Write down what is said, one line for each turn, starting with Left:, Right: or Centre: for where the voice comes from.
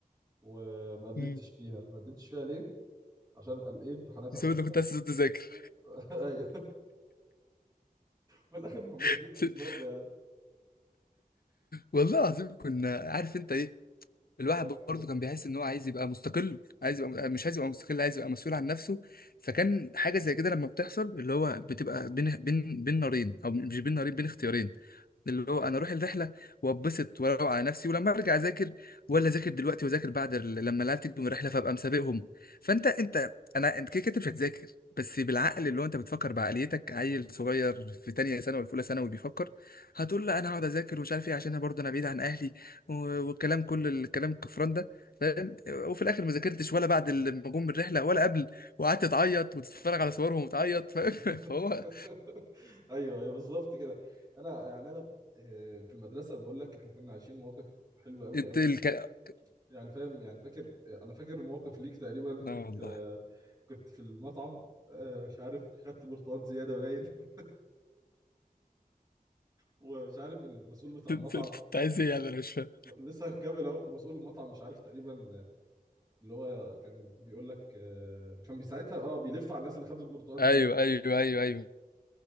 Right: وما قدمتش
Left: امم
Right: فيها ما قدمتش فيها ليه عشان قال ايه امتحانات اخر
Left: بسبب
Right: السنه
Left: انك كنت عايز تقعد تذاكر
Right: <laughs> ايوه في الاخر ما ما ذاكرتش
Left: <laughs>
Right: برضه يعني
Left: والله العظيم كنا عارف انت ايه الواحد
Right: لا رحمه
Left: برضه كان بيحس ان هو عايز يبقى مستقل عايز يبقى مش عايز يبقى مستقل عايز يبقى مسؤول عن نفسه فكان حاجة زي كده لما بتحصل اللي هو بتبقى بين بين بين نارين او مش بين نارين بين اختيارين اللي هو انا اروح الرحله واتبسط واروق على نفسي ولما ارجع اذاكر ولا اذاكر دلوقتي واذاكر بعد ال- لما العيال تيجي من الرحله فابقى مسابقهم فانت انت انا انت كده كده مش هتذاكر بس بالعقل اللي هو انت بتفكر بعقليتك عيل صغير في تانية ثانوي ولا في اولى ثانوي بيفكر هتقول لا انا هقعد اذاكر ومش عارف ايه عشان انا برضه انا بعيد عن اهلي و- والكلام كل الكلام الكفران ده فاهم وفي الاخر ما ذاكرتش ولا بعد لما جم من الرحله ولا قبل وقعدت تعيط وتتفرج على صورهم وتعيط فاهم <laughs>
Right: <laughs>
Left: فهو
Right: ايوه ايوه بالظبط كده انا يعني انا آه، في المدرسه بقول لك احنا كنا عايشين مواقف حلوه قوي
Left: الت-
Right: قوي
Left: الك...
Right: يعني فاهم يعني فاكر آه، انا فاكر موقف ليك تقريبا
Left: لا
Right: كنت
Left: والله
Right: آه، كنت في المطعم آه، مش عارف خدت برتقال زياده باين <laughs> ومش عارف المسؤول بتاع المطعم
Left: انت عايز ايه يعني انا مش فاهم
Right: لسه هكمل اهو ومسؤول المطعم مش عارف تقريبا آه، اللي هو كان بيقول لك آه، كان بيساعدها اه بيلف على الناس اللي خدت برتقال
Left: ايوه
Right: زياده
Left: ايوه ايوه ايوه